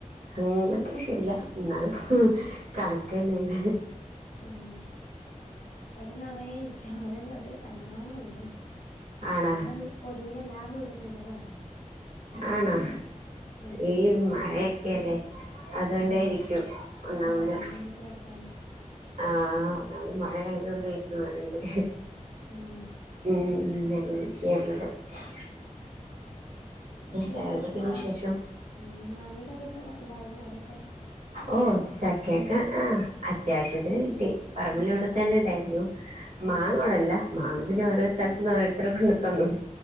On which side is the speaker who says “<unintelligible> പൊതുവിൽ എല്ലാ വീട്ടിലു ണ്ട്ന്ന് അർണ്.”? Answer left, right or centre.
Left